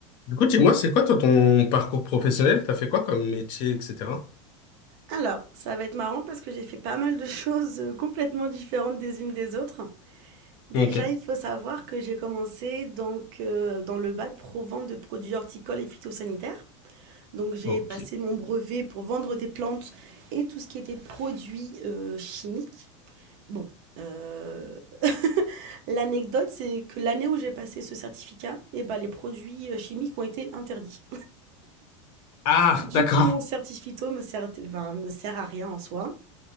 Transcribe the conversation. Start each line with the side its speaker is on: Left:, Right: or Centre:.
Left: Du coup, dis-moi, c'est quoi toi ton parcours professionnel? T'as fait quoi comme métier, etc.
Right: Alors, ça va être marrant parce que j'ai fait pas mal de choses, heu, complètement différentes des unes des autres. Déjà,
Left: Ok,
Right: il faut savoir que j'ai commencé donc, heu, dans le bac pro vente de produits horticoles et phytosanitaires. Donc j'ai
Left: ok.
Right: passé mon brevet pour vendre des plantes et tout ce qui était produits, heu, chimiques. Bon, heu, <laughs> l'anecdote, c'est que l'année où j'ai passé ce certificat eh bah, les produits, heu, chimiques ont été interdits.
Left: Ah,
Right: Du
Left: d'accord.
Right: coup, mon certi phyto me sert enfin, me sert à rien en soi.